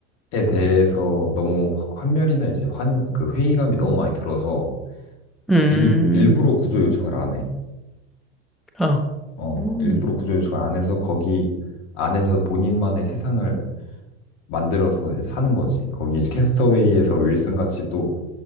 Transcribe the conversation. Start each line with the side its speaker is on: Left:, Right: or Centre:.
Left: 대해서 너무 환멸이나 이제 환 그 회의감이 너무 많이 들어서
Centre: 음,
Left: 일 일부러 구조 요청을 안 해.
Centre: 아,
Left: 어
Centre: 음,
Left: 그 일부러 구조 요청을 안 해서 거기 안에서 본인만의 세상을 만들어서 이제 사는 거지. 거기 이제 캐스터웨이에서 윌슨 같이 또